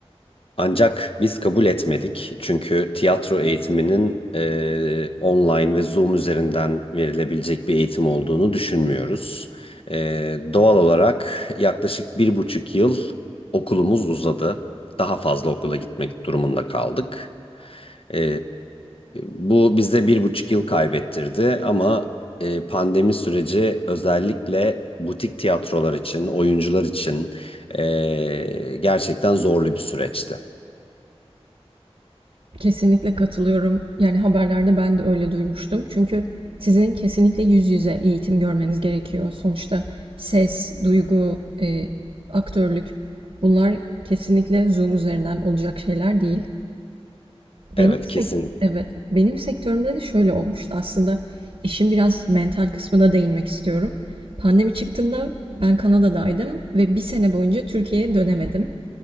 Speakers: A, on the left (about 60°); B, on the right (about 65°).
A: Ancak biz kabul etmedik. Çünkü tiyatro eğitiminin e, online ve Zoom üzerinden verilebilecek bir eğitim olduğunu düşünmüyoruz. E, doğal olarak yaklaşık bir buçuk yıl okulumuz uzadı. Daha fazla okula gitmek durumunda kaldık. E, bu bize bir buçuk yıl kaybettirdi ama e, pandemi süreci özellikle butik tiyatrolar için, oyuncular için e, gerçekten zorlu bir süreçti.
B: Kesinlikle katılıyorum. Yani haberlerde ben de öyle duymuştum. Çünkü sizin kesinlikle yüz yüze eğitim görmeniz gerekiyor. Sonuçta ses, duygu, e, aktörlük bunlar kesinlikle Zoom üzerinden olacak şeyler değil. Benim
A: Evet
B: sek-
A: kesin.
B: evet, benim sektörümde de şöyle olmuştu aslında. İşin biraz mental kısmına değinmek istiyorum. Pandemi çıktığında ben Kanada'daydım ve bir sene boyunca Türkiye'ye dönemedim